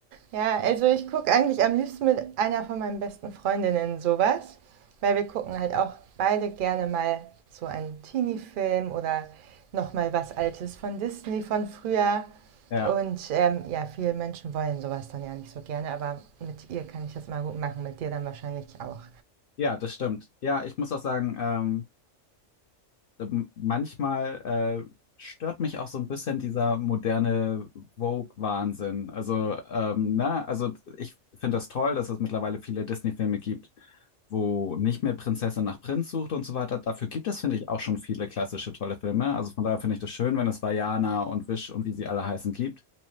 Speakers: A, on the right; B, on the left.
A: Ja, also ich gucke eigentlich am liebsten mit einer von meinen besten Freundinnen sowas, weil wir gucken halt auch beide gerne mal so einen Teenie-Film oder noch mal was Altes von Disney von früher.
B: Ja,
A: Und ähm, ja, viele Menschen wollen sowas dann ja nicht so gerne, aber mit ihr kann ich das mal gut machen, mit dir dann wahrscheinlich auch.
B: ja, das stimmt. Ja, ich muss auch sagen, ähm, ähm, manchmal äh, stört mich auch so ein bisschen dieser moderne Vogue-Wahnsinn. Also, ähm, ne, also ich finde das toll, dass es mittlerweile viele Disney-Filme gibt, wo nicht mehr Prinzessin nach Prinz sucht und so weiter. Dafür gibt es, finde ich, auch schon viele klassische tolle Filme. Also von daher finde ich das schön, wenn es Vajana und Wish und wie sie alle heißen gibt.